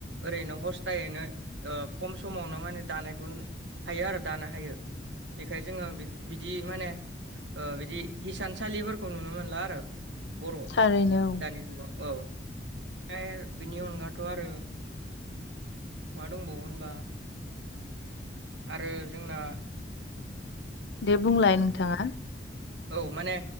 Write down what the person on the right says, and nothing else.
ओरैनो हस्थायैनो ओ खम समावनो माने दानायखौ हायो आरो दानो हायो बेखाय जोङो बिदि माने औ बिदि हिसानसालिफोरखौ नुनो मोनला आरो बर'
दानि जुगाव औ ओमफ्राय बिनि अनगाथ आरो मा दंबावो होनबा आरो जोंना
औ माने